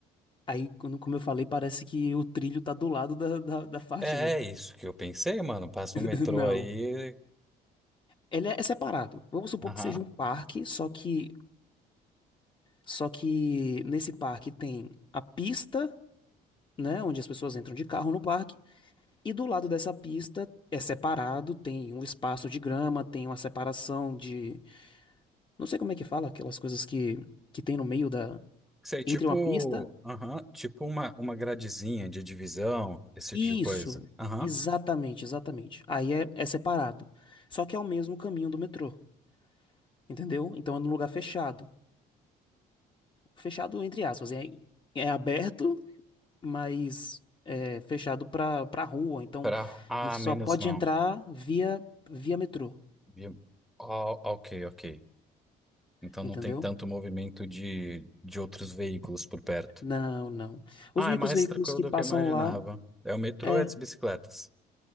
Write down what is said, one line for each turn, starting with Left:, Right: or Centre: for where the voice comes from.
Left: aí, quando- como eu falei, parece que o trilho tá do lado da, da da faixa,
Centre: É,
Left: né?
Centre: é isso que eu pensei, mano. Passa
Left: <laughs>
Centre: um metrô
Left: Não.
Centre: aí.
Left: Ele é é separado. Vamos supor
Centre: Aham.
Left: que seja um parque, só que só que nesse parque tem a pista, né, onde as pessoas entram de carro no parque, e do lado dessa pista é separado, tem um espaço de grama, tem uma separação de, não sei como é que fala, aquelas coisas que que tem no meio da
Centre: Sei, tipo.
Left: entre uma pista.
Centre: Aham. Tipo uma, uma gradezinha de divisão, esse
Left: Isso,
Centre: tipo de coisa. Aham.
Left: exatamente, exatamente. Aí é, é separado. Só que é o mesmo caminho do metrô, entendeu? Então é num lugar fechado. Fechado entre aspas, é, é aberto mais é, fechado para para rua. Então,
Centre: Pra... Ah,
Left: você
Centre: menos
Left: só pode
Centre: mal.
Left: entrar via via metrô,
Centre: Vi- Ó, ok, ok. Então
Left: entendeu?
Centre: não tem tanto movimento de, de outros veículos por perto.
Left: Não, não. Os
Centre: Ah,
Left: únicos
Centre: é mais
Left: veículos
Centre: tranquilo
Left: que
Centre: do
Left: passam
Centre: que eu imaginava.
Left: lá
Centre: É o metrô
Left: é
Centre: e as bicicletas